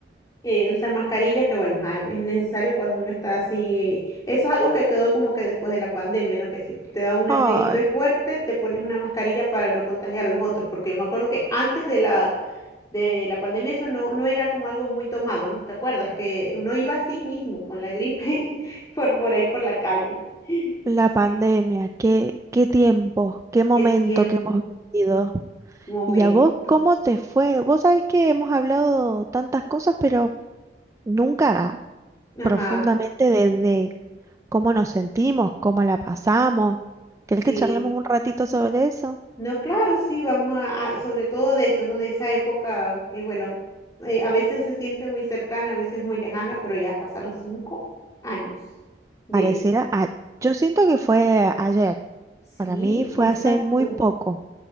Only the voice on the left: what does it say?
eh, usar mascarillas, que bueno, ah, es necesario cuando uno está así. Eso es algo que quedó como que después de la pandemia, ¿no? Que si te da una
gripe fuerte, te pones una mascarilla para no contagiar a los otros, porque yo me acuerdo que antes de la, de la pandemia eso no, no era como algo muy tomado, ¿no? ¿Te acuerdas? Que uno iba así mismo con la gripe <laughs> por, por ahí por la calle.
Sí,
qué tiempo,
momento.
Ajá,
sí.
No, claro, sí, vamos a, a- sobre todo de eso, ¿no? De esa época que, bueno, eh, a veces se siente muy cercana, a veces muy lejana, pero ya pasaron cinco años de
eso.
Sí,
exacto.